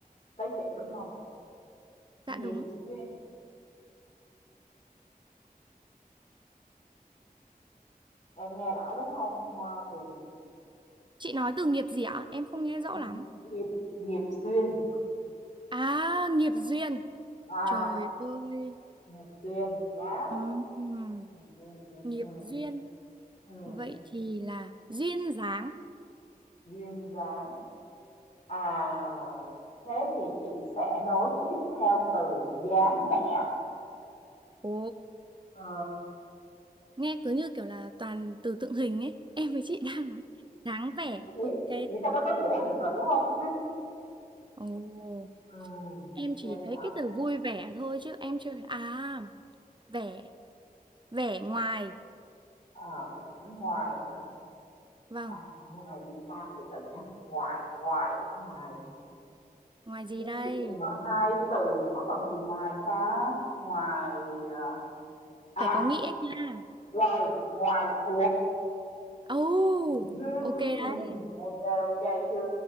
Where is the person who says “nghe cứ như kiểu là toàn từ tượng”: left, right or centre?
Right